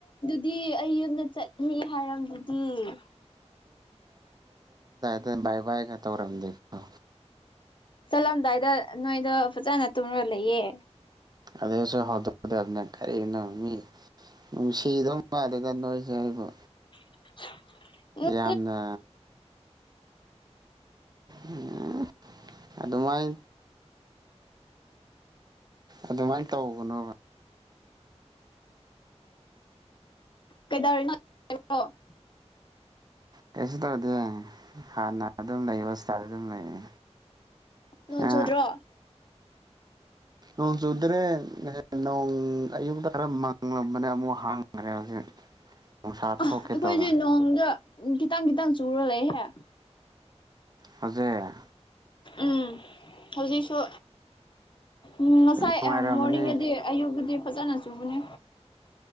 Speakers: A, on the left; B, on the right.
A: ꯗꯤ ꯑꯩ ꯌꯨꯝꯗ ꯆꯠꯅꯤ ꯍꯥꯏꯔꯝꯗꯨꯗꯤ
B: ꯕꯥ ꯕꯥꯏꯒ ꯇꯧꯔꯝꯗꯦꯀꯣ
A: ꯆꯠꯂꯝꯗꯥꯏꯗ ꯅꯣꯏꯗꯣ ꯐꯖꯅ ꯇꯨꯝꯔ ꯂꯩꯌꯦ
B: ꯑꯗꯨꯁꯨ ꯍꯧꯗꯣꯛꯀꯗꯕꯅꯦ ꯀꯔꯤꯅꯣ ꯃꯤ ꯅꯨꯡꯁꯤꯗꯧ ꯃꯥꯂꯦꯗ ꯅꯣꯏꯁꯦ ꯍꯥꯏꯕ
A: <inaudible> ꯎꯝ
B: ꯌꯥꯝꯅ ꯎꯝ ꯑꯗꯨ ꯃꯥꯏ ꯑꯗꯨꯃꯥꯏꯅ ꯇꯧꯒꯅꯣ
A: ꯀꯩꯗꯧꯔꯤꯅꯣ <unintelligible>
B: ꯀꯩꯁꯨ ꯇꯧꯗꯦ ꯍꯥꯟꯅ ꯑꯗꯨꯝ ꯂꯩ ꯍꯣꯁꯄꯤꯇꯥꯜꯗ ꯑꯗꯨꯝ ꯂꯩꯌꯦ
A: ꯅꯣꯡ ꯆꯨꯗ꯭ꯔꯣ
B: ꯑꯥ ꯅꯣꯡ ꯆꯨꯗ꯭ꯔꯦ ꯅꯣꯡ ꯑꯌꯨꯛꯗ ꯈꯔ ꯃꯪꯂꯝꯕꯅꯦ ꯑꯃꯨꯛ ꯍꯥꯡꯈ꯭ꯔꯦ ꯍꯧꯖꯤꯛ ꯅꯨꯡꯁꯥ
A: ꯑꯥ
B: ꯊꯣꯛꯀꯦ
A: ꯑꯩꯈꯣꯏꯁꯦ
B: ꯇꯧꯔꯦ
A: ꯅꯣꯡꯗ ꯈꯤꯇꯪ ꯈꯤꯇꯪ ꯆꯨꯔ ꯂꯩꯍꯦ
B: ꯍꯧꯖꯦ
A: ꯎꯝ ꯍꯧꯖꯤꯛꯁꯨ ꯎꯝ ꯉꯁꯥꯏ
B: ꯅꯨꯡꯉꯥꯏꯔꯝꯃꯅꯤ
A: ꯃꯣꯔꯅꯤꯡꯒꯗꯤ ꯑꯌꯨꯛꯒꯗꯤ ꯐꯖꯅ ꯆꯨꯕꯅꯤ